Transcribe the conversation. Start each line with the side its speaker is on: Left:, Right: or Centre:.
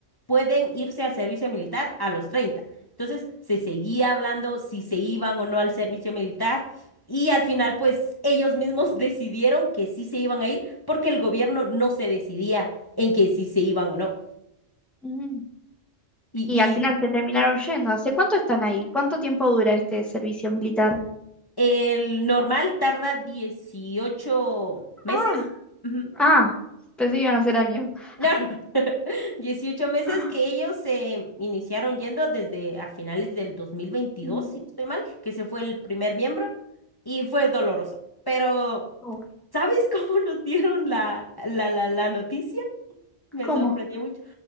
Left: pueden irse al servicio militar a los treinta Entonces se seguía hablando si se iban o no al servicio militar y al final pues ellos mismos <laughs> decidieron que sí se iban a ir porque el gobierno no se decidía en que si se iban o no.
Centre: mm.
Left: Y,
Centre: Y
Left: y
Centre: al final se terminaron yendo. ¿Hace cuánto están ahí? ¿Cuánto tiempo dura este servicio militar?
Left: el normal tarda dieciocho meses.
Centre: Ah,
Left: Ujú.
Centre: ah, pensé que iban a ser años. <gasps>
Left: No, <laughs> dieciocho meses
Centre: Ah,
Left: que ellos se iniciaron yendo desde a finales del dos mil veintidós
Centre: mm,
Left: si no estoy mal, que se fue el primer miembro y fue doloroso. Pero,
Centre: oh,
Left: ¿sabes <laughs> cómo nos dieron la, la, la, la noticia? Me
Centre: ¿Cómo?
Left: sorprendió mucho.